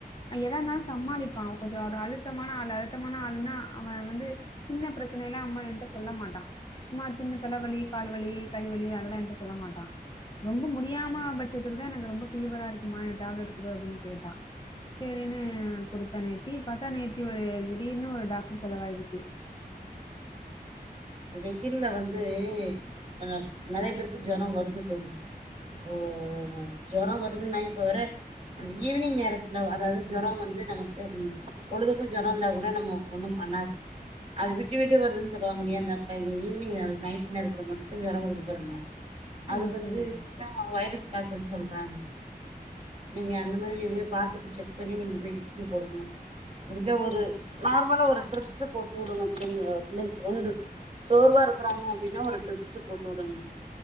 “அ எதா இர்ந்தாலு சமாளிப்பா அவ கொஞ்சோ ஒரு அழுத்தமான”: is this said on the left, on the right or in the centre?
Left